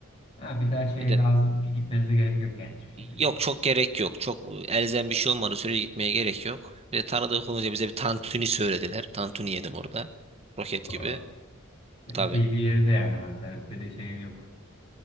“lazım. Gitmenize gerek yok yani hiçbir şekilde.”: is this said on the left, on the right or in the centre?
Left